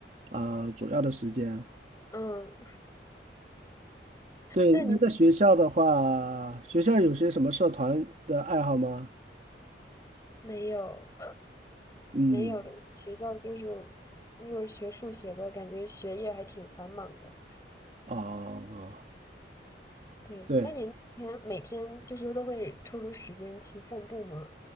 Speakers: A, on the right (about 40°); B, on the left (about 20°).
A: 啊、主要的时间。
B: 嗯，
A: 对，
B: 那您
A: 那在学校的话，学校有些什么社团的爱好吗？
B: 没有
A: 嗯，
B: 没有学校就是，如果是学数学的，感觉学业还挺繁忙的。
A: 哦，
B: 对，
A: 对，
B: 那您每天每天就是都会抽出时间去散步吗？